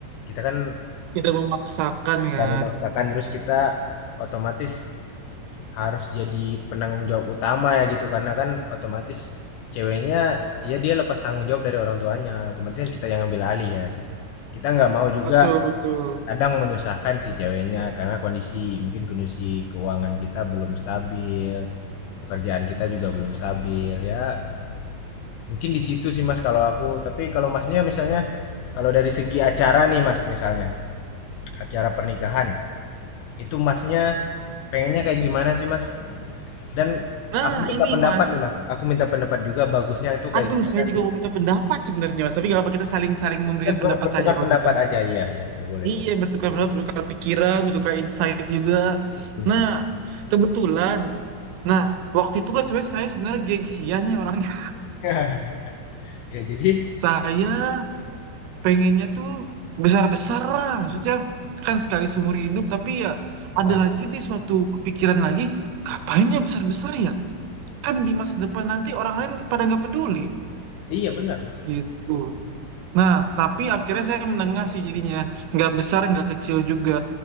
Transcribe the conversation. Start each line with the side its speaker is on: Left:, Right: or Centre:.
Left: kita kan
Right: Tidak memaksakan
Left: tidak
Right: kan.
Left: memaksakan terus kita otomatis harus jadi penanggung jawab utama ya gitu karena kan otomatis ceweknya ya dia lepas tanggung jawab dari orang tuanya otomatis kan kita yang ambil alih ya gitu kita nggak mau juga
Right: Betul betul.
Left: Kadang menyusahkan si ceweknya, karena kondisi mungkin kondisi keuangan kita belum stabil, pekerjaan kita juga belum stabil, ya mungkin di situ sih Mas kalau aku. Tapi kalau Masnya misalnya, kalau dari segi acara nih Mas misalnya, acara pernikahan, itu Masnya pengennya kayak gimana sih Mas? Dan
Right: Nah
Left: aku minta
Right: ini
Left: pendapat
Right: Mas.
Left: nih Mas, aku minta pendapat juga bagusnya itu kayak
Right: Aduh
Left: gimana,
Right: saya juga mau minta pendapat sebenarnya Mas. Tapi nggak apa kita saling saling memberikan
Left: kita ber-
Right: pendapat
Left: bertukar
Right: saja kalau
Left: pendapat
Right: gitu.
Left: aja, iya iya, ya boleh
Right: Iya,
Left: boleh.
Right: bertukar pendapat, bertukar pikiran, bertukar insight juga.
Left: Hmm.
Right: Nah, kebetulan. Nah, waktu itu kan sebenarnya saya sebenarnya gengsian ya orangnya.
Left: <laughs> Ya jadi,
Right: <laughs> Saya pengennya tuh besar-besar lah. Maksudnya kan sekali seumur hidup, tapi ya
Left: eh,
Right: ada lagi di suatu kepikiran lagi, ngapain ya besar-besar ya? Kan di masa depan nanti orang lain pada nggak peduli.
Left: iya benar Mas.
Right: Gitu. Nah, tapi akhirnya saya menengah sih jadinya. Nggak besar, nggak kecil juga.